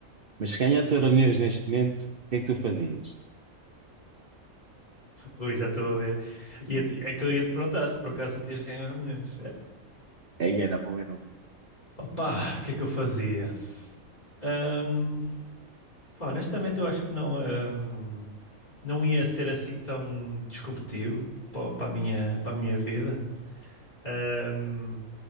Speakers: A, on the right (about 45°); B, on the left (about 30°).
A: mas se ganhasse o Euromilhões neste momento, o que é que tu fazias?
B: Rui, já estou a ver. Ia- É que eu ia te perguntar se por acaso não tinhas ganho Euro milhões.
A: Aí era bom, era bom.
B: opa, o que é que eu fazia? Ahm, pá, honestamente, eu acho que não, ahm, não ia ser assim tão disruptivo para para a minha, para a minha vida. Ahm,